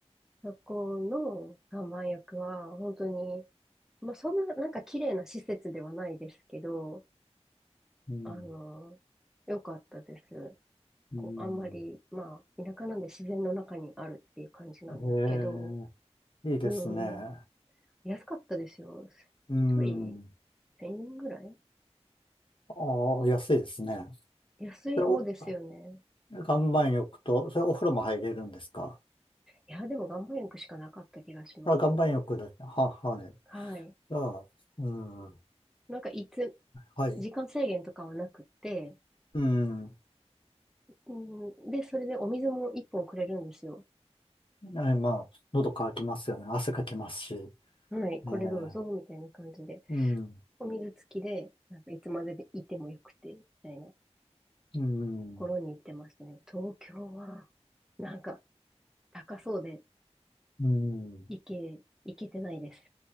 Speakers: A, in the centre; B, on the left.
A: そこの岩盤浴は、本当に、まあ、そんな、なんか綺麗な施設ではないですけど、
B: うん、
A: あの、良かったです。
B: うん。
A: こう、あんまり、まあ、田舎なんで自然の中にあるっていう感じなんですけど、
B: ええ、いいですね。
A: うん、安かったですよ。
B: うん。
A: 一人1000円ぐらい
B: ああ、安いですね。
A: 安い方ですよね。
B: で、お、岩盤浴と、それお風呂も入れるんですか
A: いや、でも岩盤浴しかなかった気がします。
B: あ、岩盤浴だけ。は、はい。
A: はい。
B: じゃあ、うん。
A: なんかいつ、
B: はい。
A: 時間制限とかはなくて、
B: うん。
A: うん、で、それでお水も一本くれるんですよ。
B: ええまあ、喉乾きますよね。汗かきますし。
A: はい、これどうぞ、
B: ええ
A: みたいな感じで。
B: うん、
A: お水付きで、なんかいつまででいてもよくて、みたいなと
B: うん、
A: ころに行ってましたね。東京は、なんか、高そうで、
B: うん。
A: いけ、いけてないです。